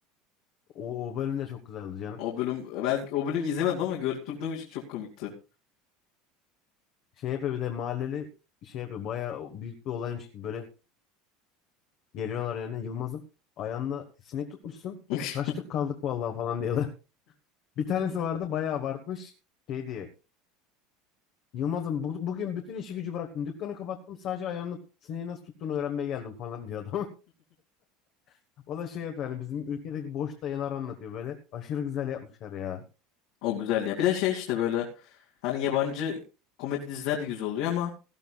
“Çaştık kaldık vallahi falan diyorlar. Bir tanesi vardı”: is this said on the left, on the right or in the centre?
Left